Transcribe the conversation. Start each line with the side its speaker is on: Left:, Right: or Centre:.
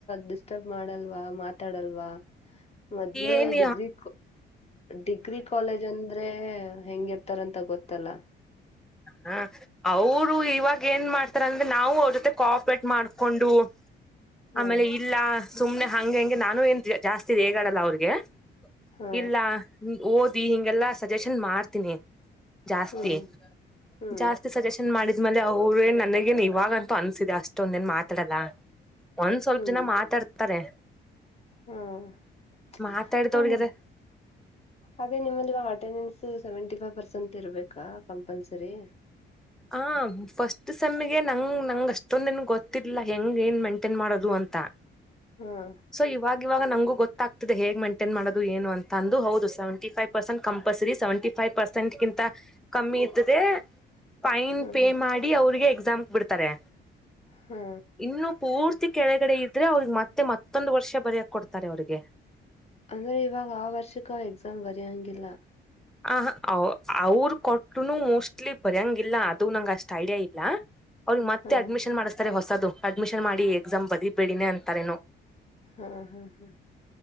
Left: ಡಿಸ್ಟರ್ಬ್ ಮಾಡಲ್ವಾ ಮಾಡಲ್ವಾ ಮೊದ್ಲೆೇ
Centre: ಏನ್
Left: ಡಿಗ್ರಿ ಡಿಗ್ರಿ ಕಾಲೇಜ್ ಅಂದ್ರೆ ಹೆಂಗಿರ್ತಾರಂತ ಗೊತ್ತಲ್ಲ
Centre: ಹ ಅವ್ರು ಇವಾಗ ಏನ್ ಮಾಡ್ತಾರಂದ್ರೆ ನಾವು ಅವ್ರ ಜೊತೆ ಕೂಪೆರೇಟ್ ಮಾಡ್ಕೊಂಡು
Left: ಹಾ
Centre: ಆಮೇಲೆ ಇಲ್ಲ ಸುಮ್ನೆ ಹಂಗೆ ಹಂಗೆ ನಾನು ಏನ್ ಜಾಸ್ತಿ ರೇಗಾಡಲ್ಲ ಅವ್ರಿಗೆ
Left: ಹಾ
Centre: ಇಲ್ಲ ಓದಿ ಹಿಂಗೆಲಾ ಸಜೆಷನ್ ಮಾಡ್ತೀನಿ ಜಾಸ್ತಿ
Left: ಹ್ಮ್ ಹ್ಮ್
Centre: ಜಾಸ್ತಿ ಸಜೆಷನ್ ಮಾಡಿದ್ ಆಮೇಲೆ ಅವ್ರೇ ನನಗೇನ್ ಇವಾಗಂತೂ ಅನ್ಸಿದೆ ಅಷ್ಟೊಂದ ಏನ್ ಮಾತಾಡಲ್ಲ ಒಂದ್ ಸ್ವಲ್ಪ
Left: ಹ್ಮ್
Centre: ಜನ ಮಾತಾಡ್ತಾರೆ
Left: ಹಾ <unintelligible>
Centre: ಮಾತಾಡಿದವ್ರಿಗದ
Left: ಅದೇ ನಿಮಲ್ಲಿ ಈವಾಗ attendance seventy five percent <unintelligible> ಇರ್ಬೇಕಾ compulsory
Centre: ಹ ಫಸ್ಟ್ ಸಮ್ಮಗೆ ನಂಗ್ ನಂಗ್ ಅಷ್ಟೊಂದನ್ ಗೊತ್ತಿಲ್ಲ ಹೆಂಗ ಏನ್ ಮೈಂಟೈನ್ ಮಾಡೋದು ಅಂತ ಅಂತಾ
Left: ಹಾ
Centre: ಸೊ ಇವಾಗ ಇವಾಗ ನಂಗು ಗೊತ್ತಾಗತದೆೇಗೆ ಹೇಗ್ ಮೈಂಟೈನ್ ಮಾಡೋದು ಏನು ಅಂತ ಅಂದು ಹೌದು seventy five percent compulsory seventy five percent ಕಿಂತ ಕಮ್ಮಿ ಇದ್ದದೆ ಫೈನ್
Left: ಹ್ಮ್
Centre: ಪೇ ಮಾಡಿ ಅವ್ರಿಗೆ ಎಕ್ಸಾಮ್ಗೆ ಬಿಡ್ತಾರೆ
Left: ಹು
Centre: ಇನ್ನು ಪೂರ್ತಿ ಕೆಳಗಡೆ ಇದ್ರೆ ಅವ್ರಿಗೆ ಮತ್ತೆ ಮತ್ತೊಂದು ವರ್ಷ ಬರಕ್ ಕೊಡ್ತಾರೆ ಅವ್ರಿಗೆ
Left: ಅಂದ್ರೆ ಇವಾಗ ಆ ವರ್ಷಕ್ ಆ ಎಕ್ಸಾಮ್ ಬರೆಯೋಂಗಿಲ್ಲ
Centre: ಆ ಅ ಅವರು ಕೊಟ್ನುನು ಮೋಸ್ಟ್ಲಿ ಬರ್ಯಂಗ್ ಇಲ್ಲ ಅದು ನಂಗ್ ಅಷ್ಟ್ ಐಡಿಯಾ ಇಲ್ಲ ಅವ್ರಗ್ ಮತ್ತೆ
Left: ಹಾ
Centre: ಅಡ್ಮಿಷನ್ ಮಾಡಿಸಸ್ತಾರೆ ಹೊಸದು ಅಡ್ಮಿಷನ್ ಮಾಡಿ ಎಕ್ಸಾಮ್ ಬದಿಬೇಡಿನೇ ಅಂತಾರೇನೊ
Left: ಹಾ ಹಾ ಹಾ